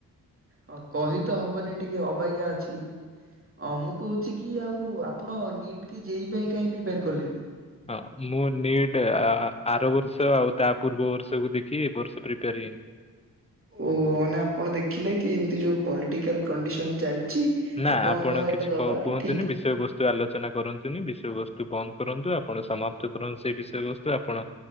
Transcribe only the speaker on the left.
ହଁ ମୁଁ ନିଟ୍ ଆ ଆ ଆର ବର୍ଷ ଆଉ ତା ପୂର୍ବ ବର୍ଷକୁ ଦେଖି ଏବର୍ଷ ପ୍ରିପେୟାର ହେଇନି।
ନା
ଆପଣ
କିଛି
କ କୁହନ୍ତୁନି
ବିଷୟବସ୍ ତୁ ଆଲୋଚନା କରନ୍ତୁନି ବିଷୟବସ୍ତୁ ବନ୍ଦ କରନ୍ତୁ ଆପଣ ସମାପ୍ତ କରନ୍ତୁ ସେଇ ବିଷୟବସ୍ତୁ ଆପଣ।